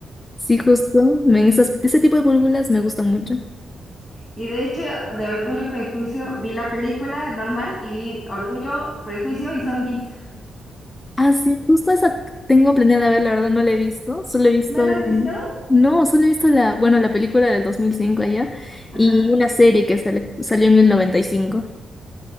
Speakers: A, on the left; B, on the left.
A: Sí, justo, me- esas- ese tipo de películas me gustan mucho.
B: Y de hecho, de Orgullo y Prejuicio vi la película normal y vi Orgullo, Prejuicio y Zombies.
A: Ah, sí, justo esa tengo planeada ver, la verdad no la he visto, solo he visto,
B: ¿No las has visto?
A: mm, no, solo he visto la, bueno, la película del 2005 allá
B: Ajá.
A: y una serie que sale- salió en el 95.